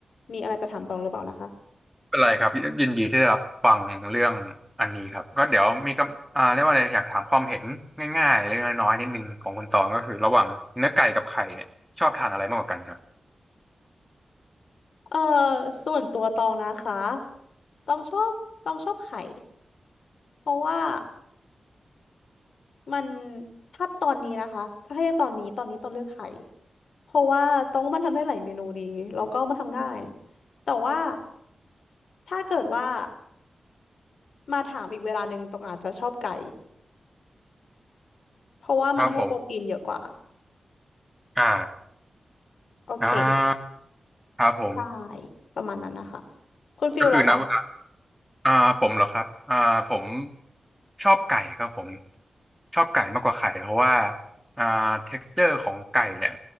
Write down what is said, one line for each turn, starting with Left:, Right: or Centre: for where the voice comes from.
Left: มีอะไรจะถามตองหรือเปล่านะคะ
Centre: ไม่เป็นไรครับยินดีที่ได้รับฟังเรื่องอันนี้ครับก็เดี๋ยวมีกำอ่าเรียกว่าอะไรอยากถามความเห็นง่ายๆเล็กๆน้อยๆนิดนึงของคุณตองก็คือระหว่างเนื้อไก่กับไข่เนี่ยชอบทานอะไรมากกว่ากันครับ
Left: เออส่วนตัวตองนะคะตองชอบตองชอบไข่เพราะว่า มันถ้าตอนนี้นะคะ ถ้าให้เลือกตอนนี้ ตอนนี้ต้องเลือกไข่เพราะว่าต้องมันทำได้หลายเมนูดีแล้วก็มันทำง่าย แต่ว่าถ้าเกิดว่ามาถามอีกเวลาหนึ่งตรองอาจจะชอบไก่เพราะว่ามันให้โปรตีนเยอะกว่า
Centre: ครับผมอ่า
Left: โอเค
Centre: อ่าครับผม
Left: ใช่ ประมาณนั้นนะคะคุณฟิลล่ะคะ
Centre: ก็คือณเวลาอ่าผมเหรอครับอ่าผมชอบไก่ครับผมชอบไก่มากกว่าไข่เพราะว่าอ่า texture ของไก่เนี่ย